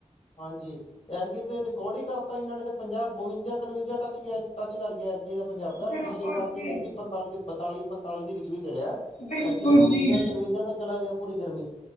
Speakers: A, on the left; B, on the left.
A: ਹਾਂਜੀ ਐਤਕਿ ਤੇ ਰਿਕਾਰਡ ਹੀ ਕਰਤਾ, ਇਹਨਾਂ ਨੇ ਤੇ ਪੰਜਾਹ ਬਵੰਜਾ ਤਰਵੰਜਾ ਟੱਚ ਗਿਆ, ਟੱਚ ਕਰ ਗਿਆ। ਦਾ ਪੰਜਾਬ ਦਾ
B: ਬਿਲਕੁਲ
A: ਪਿਛਲੇ ਸਾਲ ਤੇ
B: ਜੀ
A: ਫਿਰ ਵੀ ਪੰਤਾਲੀ ਬਤਾਲੀ ਪੰਤਾਲੀ ਦੇ ਵਿੱਚ ਵੀ ਰਿਹਾ।
B: ਬਿਲਕੁਲ
A: ਔਤਕੀ ਤੇ ਬਵੰਜਾ-ਤਰਵੰਜਾ
B: ਜੀ
A: ਤੱਕ ਚਲਾ ਗਿਆ ਪੂਰੀ ਗਰਮੀ,